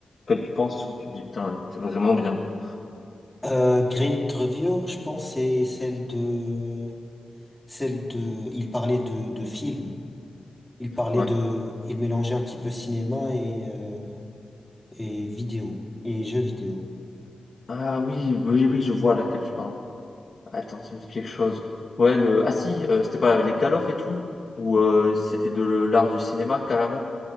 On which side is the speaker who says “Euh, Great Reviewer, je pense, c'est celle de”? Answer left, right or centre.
Centre